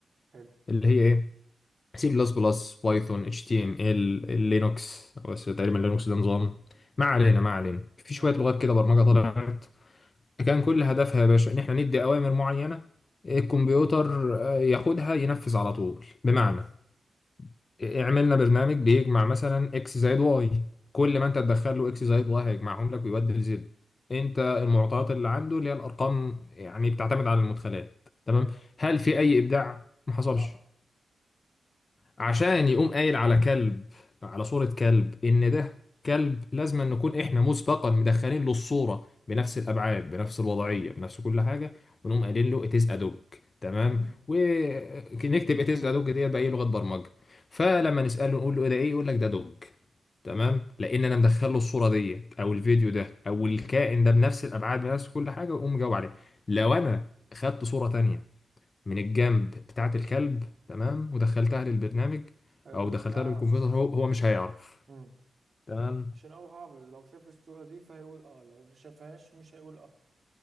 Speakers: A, on the right (about 50°); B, on the left (about 45°).
A: حلو
B: اللي هي ايه سي بلس بلس بايثون اتش تي ام ال لينوكس بس تقريبا لينوكس ده نظام ما علينا ما علينا في
A: ماشي
B: شوية لغات كده برمجة طلعت كان كل هدفها يا باشا ان احنا ندي اوامر معينه الكمبيوتر آه، ياخدها ينفذ على طول بمعنى
A: ماشي
B: عملنا برنامج بيجمع مثلا اكس زائد واي كل ما انت تدخل له اكس زائد واي هيجمعهم لك ويودي لزد انت المعطيات اللي عنده اللي هي الارقام يعني بتعتمد على المدخلات تمام
A: حلو
B: هل في اي ابداع ما حصلش
A: لا
B: عشان يقوم قايل على كلب على صورة كلب إن ده كلب لازم أن نكون إحنا مسبقا مدخلين له الصورة بنفس الأبعاد بنفس الوضعية بنفس كل حاجة ونقوم قايلين له it is a dog تمام
A: مم.
B: ونكتب it is a dog ديت بأي لغة برمجة فلما نسأله نقول له إيه ده إيه يقول لك ده دوج تمام
A: حلو
B: لأن أنا مدخل له الصورة ديت أو الفيديو ده أو الكائن ده بنفس الأبعاد بنفس كل حاجة ويقوم جاوب عليه لو أنا خدت صورة تانية من الجنب بتاعة الكلب تمام ودخلتها للبرنامج
A: هيقول
B: أو دخلتها
A: لك ما اعرفش
B: للكمبيوتر هو هو مش هيعرف
A: مم.
B: تمام
A: عشان هو حافظ لو شاف الصورة دي فهيقول اه لو ما شافهاش مش هيقول اه